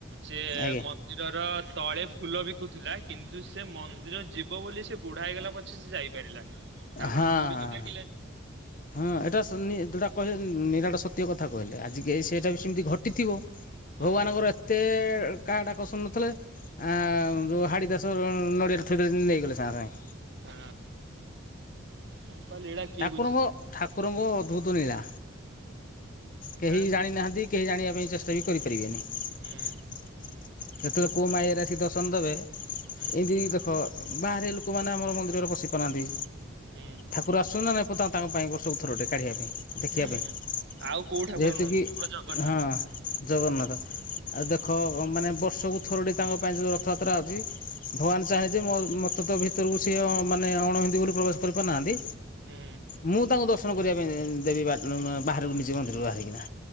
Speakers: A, on the right (about 55°); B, on the left (about 40°).
A: ସିଏ ମ-
B: ଆଜ୍ଞା
A: - ମନ୍ଦିରର ତଳେ ଫୁଲ ବିକୁଥିଲା କିନ୍ତୁ ସେ ମନ୍ଦିର ଯିବ ବୋଲି ସେ ବୁଢା ହେଇଗଲା ପ -- ଛେ ସେ ଯାଇପାରିଲାନି ଠାକୁରଙ୍କୁ
B: ହଁ ହଁ ହଁ।
A: ଡରି ବି ଲାଗିଲାନି।
B: ହଁ ଏଟା ସ ଯଉଟା କହିଲେ ନିରାଟ ସତ୍ୟ କଥା କହିଲେ, ଆଜି ସେଟା ବି ସେମିତି ଘଟିଥିବ।
A: ହଁ
B: ଭଗବାନଙ୍କର ଏତେ କାହାଡାକ ଶୁଣୁ ନଥିଲେ। ଆ ଯଉ ହାଡ଼ି ଦାସ ନଡ଼ିଆଟେ ଥୋଇଦେଲେ ଜେମିତି ନେଇଗଲେ ସାଙ୍ଗେ ସାଙ୍ଗେ।
A: ହଁ ମୁଁ କହିଲି ଏଇଟା କିଏ
B: ଠାକୁରଙ୍କ
A: ବୁଝିଛନ୍ତି
B: ଠାକୁରଙ୍କ ଅଦ୍ଭୁତ ନୀଳା କେହି
A: ଆଁ
B: ଜାଣିନାହାନ୍ତି। କେହି ଜାଣିବା ପାଇଁ ଚେଷ୍ଟା ବି କରିପାରିବେନି କେତେବେଳେ
A: ହୁଁ।
B: କୋଉ ମାୟରେ ଆସିକି ଦ ପସନ୍ଦବେ
A: ହୁଁ
B: ଏମିତି ଦେଖ ବାହାରେ ଲୋକମାନେ ଆମର ମନ୍ଦୀର ରେ ପଶି ପାରନ୍ତି।
A: ହୁଁ।
B: ଠାକୁର ଆସୁ ଚନ୍ତି ନା ନାହି ତାଙ୍କ ପାଇଁ ବର୍ଷକୁ ଠାରୁଟେ କାଢ଼ିବା ପାଇଁ। ଦେଖିବା
A: ହୁଁ।
B: ପାଇଁ
A: ଆଉ କୋଉ ଠାକୁର
B: ଯେହେତୁ
A: ନୁହନ୍ତି
B: କିି
A: କେବଳ ଜଗନ୍ନାଥ
B: ହଁ। ଜଗନ୍ନାଥ ଆଉ ଦେଖ ମାନେ ବର୍ଷକୁ ଥରୁଟି ତାଙ୍କ ପାଇଁ ଯଉ ରଥଯାତ୍ରା ହେଉଛି। ଭଗବାନ ଚାହେଁ ଯେ ମ ମୋତେ ତ ଭିତରକୁ ସିଏ ମାନେ ଅଣ ହିନ୍ଦୀ ବୋଲି ପ୍ରବେଶ କରିପାରୁନାହାଁନ୍ତି।
A: ହୁଁ
B: ମୁଁ ତାଙ୍କୁ ଦର୍ଶନ କରିବା ପାଇଁ ଦେବି ବା ବାହାରକୁ ନିଯେ ମନ୍ଦିରରୁ ବାହାରିକିନା।